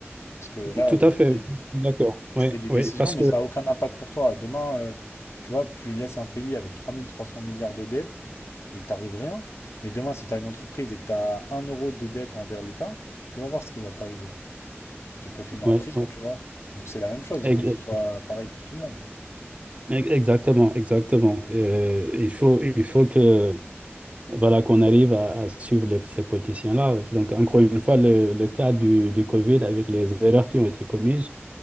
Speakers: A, on the left; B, on the right.
A: Parce que là,
B: tout
A: aujourd'hui,
B: à fait,
A: euh,
B: d'accord. Oui,
A: tu fais des décisions,
B: oui, parce
A: mais
B: que
A: ça n'a aucun impact pour toi. Demain, euh, tu vois, tu laisses un pays avec 3300 milliards de dettes, euh, il t'arrive rien. Mais demain, si tu as une entreprise et que tu as un euro de dette envers l'État, tu vas voir ce qui va t'arriver. Tu peux finir
B: oui,
A: en prison, tu vois. Donc c'est la même chose,
B: oui.
A: il faut que ce soit pareil pour tout le monde.
B: E- Exactement, exactement. Euh, il faut, il faut que, voilà, qu'on arrive à, à suivre les- ces politiciens-là. Donc, encore une fois, le, le cas du, du Covid avec les erreurs qui ont été commises,